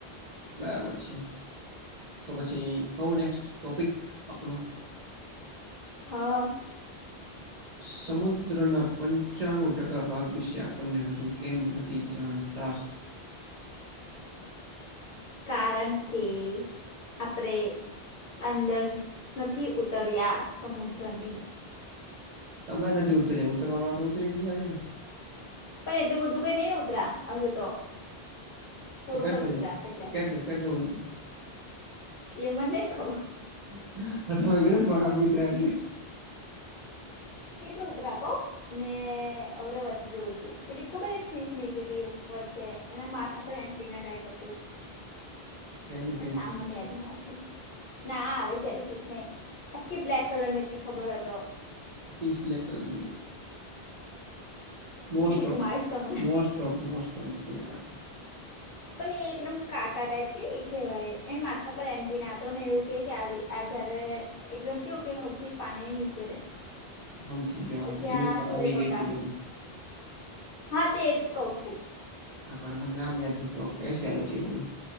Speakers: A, on the right; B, on the left.
A: બરાબર છે તો પછી કવ નેક્સ્ટ ટોપિક આપણું.
B: હા.
A: સમુદ્રના પંચાણું ટકા ભાગ વિશે આપણને હજુ કેમ નથી જાણતા
B: કારણ કે આપણે અંદર નથી. ઉત્તરિયા સમુદ્રની
A: તમે નથી ઉતરી ઉતરવા વાળા તો ઉતરી ગયા છે ને
B: પણ એટલું બધું કઈ નહી ઉતરા હજુ તો થોડુંક
A: તો કેટલું
B: જ ઉતરા એટલે
A: કેટલું કેટલું ઉતરા
B: એ મને નય ખબર.
A: <inaudible> <unintelligible> એટલે
B: કેટલુ ઉતરાકો મેં અવડે વચ્ચે જોયું તું પેલી ખબર એક ફીશ નીકળી તી વચ્ચે એના માથા પર એન્ટિના ટાઈપ હતું
A: જેની ફીસ
B: એ નામ મને યાદ નહ આવતું ના આવે ત્યારે ફીસ નહી આખી બ્લેક કલરની હતી ખબર હોય તો.
A: ીસ્ટ બ્લેક કલરનીઈ ઓફ
B: ભીખ મારીશ તમને
A: મો ઓફ
B: પણ એ એકદમ કાટા ટાઈપ કેવી કેવાય એ માથા પર એન્ટિ નાતો ને એવું કે કે આ જારે એકદમ કેવું કે હૌથી પાણી નીચે રે
A: હમચ ગયો
B: જ્યાં
A: એ ઉપર
B: સૂર્યપ્રકાશ
A: આવી ગઈ હતી બધી.
B: હા તે જ કહ છું.
A: હા પણ મને નામ યાદ નથી ઓકેશિયાલો છેવું હોય.